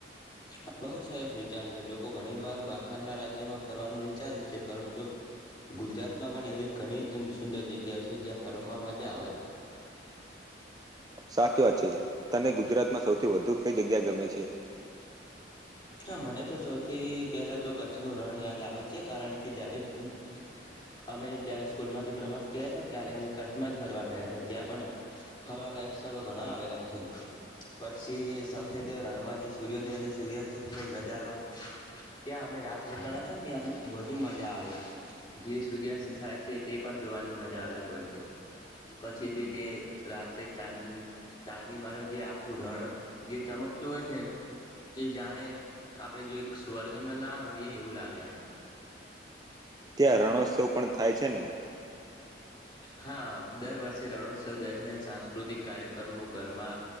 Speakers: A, on the left; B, on the right.
A: આ બહુ સરસ વિચાર છે લોકો ઘણી વાર બહારના રાજ્યમાં ફરવાનું વિચારે છે પરંતુ ગુજરાતમાં પણ એવી ઘણી સુંદર જગ્યા છે જ્યાં ફરવામાં મજા આવે.
B: સાચી વાત છે તને ગુજરાતમાં સૌથી વધુ કઈ જગ્યા ગમે છે.
A: હા મને તો સૌથી પેલા તો કચ્છ ન રણ યાદ આવે છે કારણ કે જયારે હું અમે જયારે સ્કૂલ માંથી પ્રવાસ ગયા હતા ત્યારે અમે કચ્છમાં જ ફરવા ગયા હતા ત્યાં પણ ફરવા લાગ્યા. સ્ળો ઘણા આવેલા છે પછી સફેદ રણમાં જે સૂર્યોદય અને સૂર્યાસ્ત નો નજારો. ત્યાં અમે રાત રોકાણ હતા ત્યાં વધુ મજા આવે જે સૂર્યાસ્ત થાય છે તે પણ જોવાની મજા અલગ હોય છે. પછી જે ત્યાં રાત્રે ચાંદ ચાંદી મા ન જે આખું રણ જે ચમકતું હોય છે ને. કે જાણે આપણે જો એક સ્વર્ગમાં ના હોઈએ એવું લાગે આપણે
B: ત્યાં રણોત્સવ પણ થાય છે ને
A: હા દર વર્ષે રણોત્સવ દરમિયાન સાંસ્કૃતિક કાર્યક્રમો ગરમાં,